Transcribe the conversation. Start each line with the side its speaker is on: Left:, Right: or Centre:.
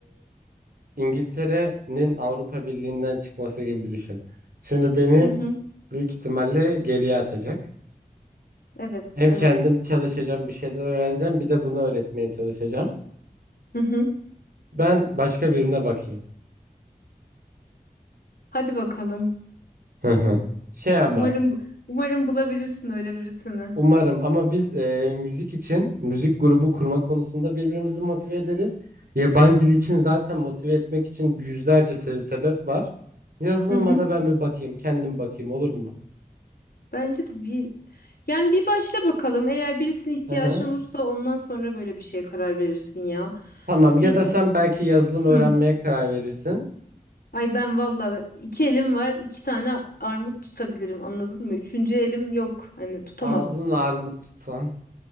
Right: İngiltere'nin Avrupa Birliği'nden çıkması gibi düşün. Şimdi beni
Left: Hı hı.
Right: büyük ihtimalle geriye atacak.
Left: Evet,
Right: Hem
Left: evet.
Right: kendim çalışacağım, bir şeyler öğreneceğim, bir de bunu öğretmeye çalışacağım.
Left: Hı hı.
Right: Ben başka birine bakayım.
Left: Hadi bakalım.
Right: Hı hı. Şey ama
Left: Umarım umarım bulabilirsin öyle birisini.
Right: umarım ama biz e, müzik için müzik grubu kurma konusunda birbirimizi motive ederiz. Yabancı dil için zaten motive etmek için yüzlerce se- sebep var. Yazılıma
Left: Hı hı.
Right: da ben bir bakayım, kendim bakayım olur mu?
Left: Bence de bir yani bir başla bakalım. Eğer birisine ihtiyacın
Right: Hı hı.
Left: olursa ondan sonra böyle bir şeye karar verirsin ya.
Right: Tamam ya
Left: Bir
Right: da
Left: de
Right: sen belki yazılım öğrenmeye
Left: hı.
Right: karar verirsin.
Left: Ay ben valla iki elim var, iki tane armut tutabilirim anladın mı? Üçüncü elim yok. Hani tutamam.
Right: ağzın armut tutsan.